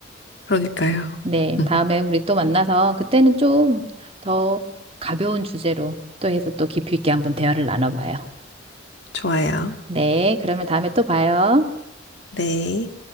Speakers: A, on the left; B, on the right.
A: 그러니까요.
B: 네,
A: <laughs>
B: 다음에 우리 또 만나서 그때는 좀 더 가벼운 주제로 또 해서 또 깊이 있게 한번 대화를 나눠봐요.
A: 좋아요.
B: 네, 그러면 다음에 또 봐요.
A: 네.